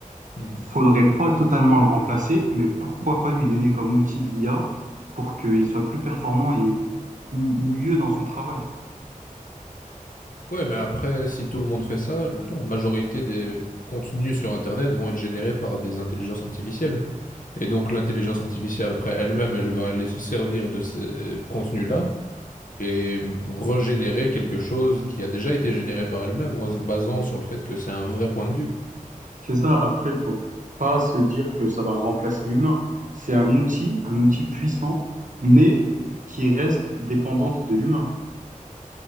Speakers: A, on the left; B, on the right.
A: Mhm.
B: Faudrait pas totalement le remplacer, mais pourquoi pas lui donner comme outil l'IA pour qu'il soit plus performant et m- mieux dans son travail.
A: Ouais, mais après, si tout le monde fait ça, la majorité des contenus sur Internet vont être générés par des intelligences artificielles. Et donc l'intelligence artificielle, après elle-même, elle va aller se servir de ces contenus-là et régénérer quelque chose qui a déjà été généré par elle-même en se basant sur le fait que c'est un vrai point de vue.
B: C'est ça. Après, faut pas se dire que ça va remplacer l'humain. C'est un outil, un outil puissant, mais qui reste dépendante de l'humain.